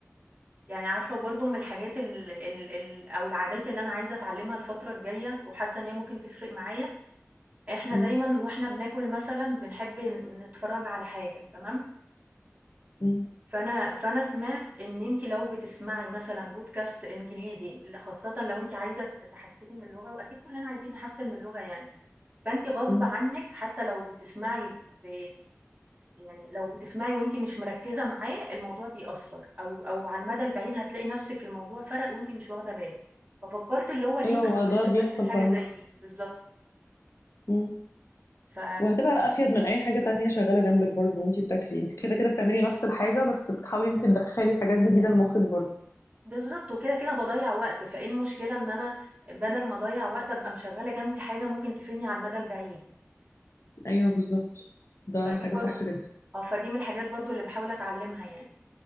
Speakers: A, on the right; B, on the left.
A: يعني عارفة برضه من الحاجات ال ال ال أو العادات اللي أنا عايزة أتعلِّمها الفترة الجاية وحاسة إن هي ممكن تفرق معايا، إحنا
B: م-
A: دايمًا وإحنا بناكل مثلًا بنحب ن نتفرّج على حاجة تمام،
B: م-
A: فانا فانا سمعت ان انت لو بتسمعي مثلا بودكاست انجليزي خاصه لو انت عايزه تحسني من اللغه واكيد كلنا عايزين نحسن من اللغه يعني فانت غصب
B: م.
A: عنك حتى لو بتسمعي ب... يعني لو بتسمعي وانت مش مركزه معاه الموضوع بيأثر او او على المدى البعيد هتلاقي نفسك الموضوع فرق وانت مش واخده بالك ففكرت اللي هو ليه
B: ايوه
A: ما
B: هو
A: احاولش
B: ده بيحصل
A: اثبت حاجه
B: فعلا
A: زي دي بالظبط
B: م.
A: ف...
B: وهتبقى افيد من اي حاجه تانية شغاله جنبك برضو وانتي بتاكلي انت كده كده بتعملي نفس الحاجه بس بتحاولي انت تدخلي حاجات جديده لمخك برضو
A: بالضبط، وكده، كده باضيّع وقت، فإيه المشكلة إن أنا بدل ما أضيّع وقت أبقى مشغّلة جنبي حاجة ممكن تفيدني على المدى البعيد،
B: ايوه بالظبط ده
A: فدي
B: حاجه
A: برضه
B: صح جدا
A: صحيح. آه، فدي من الحاجات برضه اللي باحاول أتعلّمها يعني.